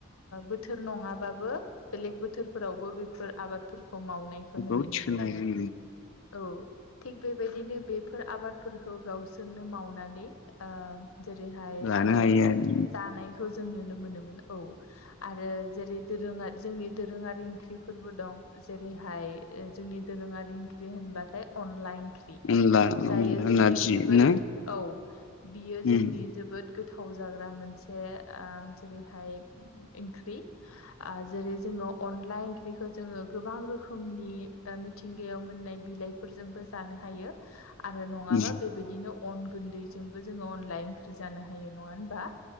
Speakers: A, on the left; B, on the left.
A: बोथोर नङाबाबो बेलेग बोथोरफोरावबो बेफोर आबादफोरखौ मावनाय
B: बेखौ
A: नुनो
B: थिखोनानै
A: मोनो जोङो औ थिग बेबायदिनो बेफोर आबादफोरखौ गावसोरनो मावनानै जेरैहाय आ
B: लानो हायो आरो
A: जानायखौ जों नुनो मोनोमोन औ आरो जेरै दोरोङारि जोंनि दोरोङारि ओंख्रिफोरबो दं जेरैहाय जोंनि दोरोङारि ओंख्रि होनबाथाय अनला इंख्रि
B: अनला अनला
A: जायो जोंनि
B: नारजि
A: जोबोद
B: ना
A: औ बियो जोंनि
B: उम
A: जोबोद गोथाव जाग्रा मोनसे आ जेरैहाय ओंख्रि आ जेरै जोङो अनला ओंख्रिखौ जोङो गोबां रोखोमनि मि मिथिंगायाव मोननाय बिलाइफोरजोंबो जानो हायो आरो नङाबा
B: उम
A: बे बिदिनो अन गुन्दैजोंबो जोङो अनलाइ ओंख्रि जानो हायो नङा होनबा